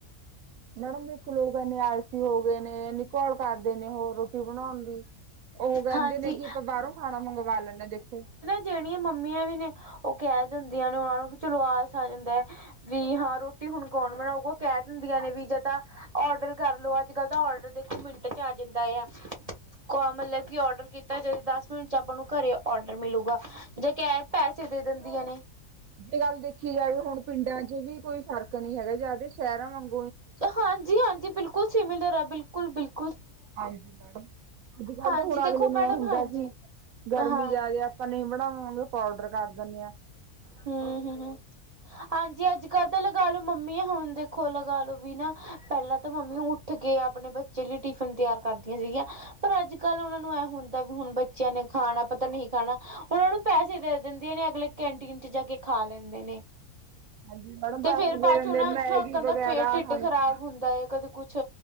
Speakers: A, on the right; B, on the right.
A: <inaudible> ਮੈਡਮ ਇੱਕ ਲੋਕ ਇੰਨੇ ਆਲਸੀ ਹੋ ਗਏ ਨੇ, ਇੰਨੀ ਘੋਲ ਕਰਦੇ ਨੇ ਹੋਰ ਰੋਟੀ ਬਣਾਉਣ ਦੀ‌। ਉਹ ਕਹਿੰਦੇ
B: ਹਾਂਜੀ
A: ਨੇ ਕਿ ਆਪਾਂ ਬਾਹਰੋਂ ਖਾਣਾ ਮੰਗਵਾ ਲੈਂਣੇ ਆ ਦੇਖੋ।
B: ਜੇੜੀਆਂ ਮੰਮੀਆਂ ਵੀ ਨੇ ਓ ਕੈ ਦੇਂਦੀਆਂ ਨੇ ਓਨਾ ਨੂੰ ਵੀ ਚਲੋ <unintelligible> ਦੇ ਵੀ ਹਾਂ ਰੋਟੀ ਹੁਣ ਕੌਣ ਬਣਾਊ ਓ ਕੈ ਦੇਂਦੀਆਂ ਨੇ ਵੀ ਜਾ ਤਾਂ ਔਡਰ ਕਰਲੋ ਅੱਜ ਕੱਲ ਤਾਂ ਔਡਰ ਦੇਖੋ ਮਿੰਟ ਚ ਆ ਜਾਂਦਾ ਆ ਕਾਲ ਮਤਲਬ ਕਿ ਔਡਰ ਕੀਤਾ ਜ ਦਸ ਮਿੰਟ ਚ ਆਪਾਂ ਨੂੰ ਘਰੇ ਔਡਰ ਮਿਲੂਗਾ ਜੇ ਕੈਸ਼ ਪੈਸੇ ਦੇ ਦਿੰਦੀਆਂ ਨੇ।
A: ਜੇ ਗੱਲ ਦੇਖੀ ਜਾਵੇ ਹੁਣ ਪਿੰਡਾਂ 'ਚ ਵੀ ਕੋਈ ਫਰਕ ਨੀ ਹੈਗਾ ਜੇ ਆਪਦੇ ਸ਼ੈਰਾਂ ਵਾਂਗ
B: ਹਾਂਜੀ-ਹਾਂਜੀ ਬਿਲਕੁਲ ਸਿਮਿਲਰ ਐ, ਬਿਲਕੁਲ ਬਿਲਕੁ
A: ਹਾਂਜੀ ਮੈਡਮ, ਅੱਜ-ਕੱਲ
B: ਹਾਂਜੀ
A: ਤਾਂ ਹੁਣ
B: ਦੇਖੋ
A: ਅਗਲੇ ਨੂੰ
B: ਮੈਡਮ
A: ਆਏ ਹੁੰਦਾ
B: ਹਾਂਜੀ
A: ਕੀ ਗਰਮੀ
B: ਹਾਂ
A: ਜ਼ਿਆਦੇ ਆਪਾਂ ਨਈ ਬਣਾਵਾਂਗੇ ਆਪਾ ਔਡਰ ਕਰ ਦੇਨੇ ਆ।
B: ਹੂੰ, ਹੂੰ, ਹੂੰ, ਹਾਂਜੀ ਅੱਜ ਕੱਲ ਤਾਂ ਲਗਾ ਲੋ ਮੰਮੀ ਹੁਨ ਦੇਖੋ ਲਗਾ ਲੋ ਵੀ ਨਾ ਪੈਲਾਂ ਤਾਂ ਮੰਮੀ ਊ ਉੱਠ ਕੇ ਆਪਨੇ ਬੱਚੇ ਲਈ ਟਿਫਿਨ ਤਿਆਰ ਕਰਦੀਆਂ ਸੀਗੀਆਂ, ਪਰ ਅੱਜ-ਕੱਲ ਓਨਾਂ ਨੂੰ ਐ ਹੂੰ ਦਾ ਵੀ ਹੁਨ ਬੱਚੇਆਂ ਨੇ ਖਾਣਾ ਪਤਾ ਨਹੀਂ ਖਾਣਾ, ਓਨਾਂ ਨੂੰ ਪੈਸੇ ਦੇ ਦਿੰਦੀਆਂ ਨੇ ਅਗਲੇ ਕੈਂਟੀਨ 'ਚ ਜਾ ਕੇ ਖਾ ਲੈਂਦੇ ਨੇ।
A: ਹਾਂਜੀ ਮੈਡਮ
B: ਤੇ
A: ਦੱਸ
B: ਫੇਰ
A: ਦੇ
B: ਬਾਅਦ
A: ਦਿੰਦੇ,
B: ਚ ਉਹਨਾਂ ਜਵਾਕਾਂ
A: ਮੈਗੀ ਵਗੈਰਾ
B: ਦਾ ਪੇਟ ਢਿੱਡ
A: <unintelligible> ਹਾਂਜੀ
B: ਖ਼ਰਾਬ ਹੁੰਦਾ ਹੈ ਕਦੇ ਕੁਛ